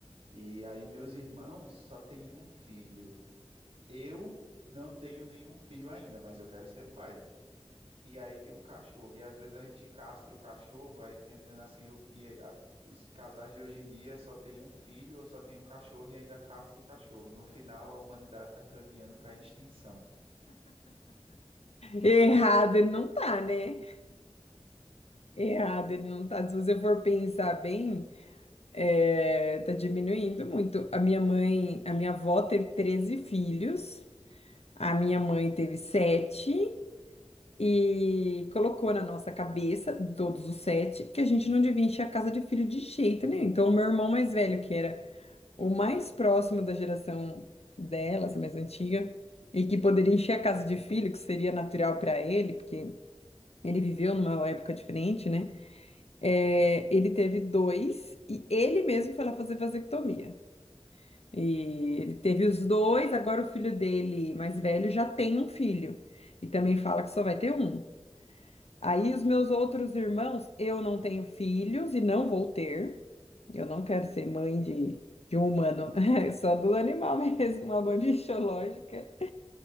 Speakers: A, on the right; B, on the left.
A: E aí, meus irmãos só têm um filho. Eu não tenho nenhum filho ainda, mas eu quero ser pai. E aí, tem um cachorro. E às vezes a gente castra o cachorro, aí tinha dizendo assim: eu- e aí, a- os casais de hoje em dia só tem um filho ou só tem um cachorro e ainda castra o cachorro. No final, a humanidade está caminhando para a extinção.
B: errado ele não tá, né? Errado ele não tá. Se você for pensar bem. É, tá diminuindo muito. A minha mãe, a minha avó teve 13 filhos, a minha mãe teve sete e colocou na nossa cabeça, todos os sete, que a gente não devia encher a casa de filho de jeito nenhum. Então, o meu irmão mais velho, que era o mais próximo da geração dela, essa mais antiga, e que poderia encher a casa de filho, que seria natural para ele, porque ele viveu numa época diferente, né? É, ele teve dois e ele mesmo foi lá fazer vasectomia. E ele teve os dois, agora o filho dele mais velho já tem um filho. E também fala que só vai ter um. Aí os meus outros irmãos, eu não tenho filhos e não vou ter. Eu não quero ser mãe de, de um humano, <laughs> só do animal <laughs> mesmo, uma mãe biológica.